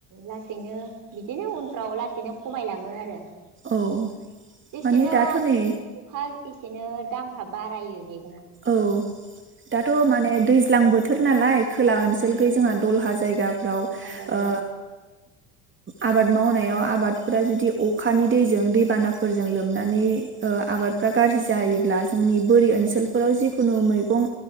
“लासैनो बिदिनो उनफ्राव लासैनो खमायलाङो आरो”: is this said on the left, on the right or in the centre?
Right